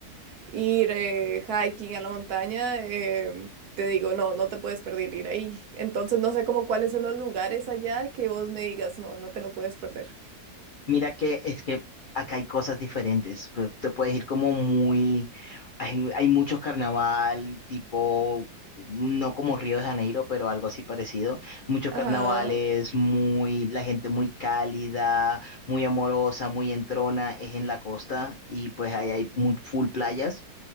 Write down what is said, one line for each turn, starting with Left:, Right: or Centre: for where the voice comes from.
Right: ir eh, hiking a la montaña, eh, te digo, no, no te puedes perder ir ahí. Entonces no sé como cuáles son los lugares allá que vos me digas, no, no te lo puedes perder.
Left: Mira que es que acá hay cosas diferentes. Pu- Te puedes ir como muy... Hay, hay muchos carnaval, tipo, no como Río de Janeiro, pero algo así parecido. Muchos
Right: Ajá,
Left: carnavales, muy, la gente muy cálida, muy amorosa, muy entrona, es en la costa y pues ahí hay muy full playas.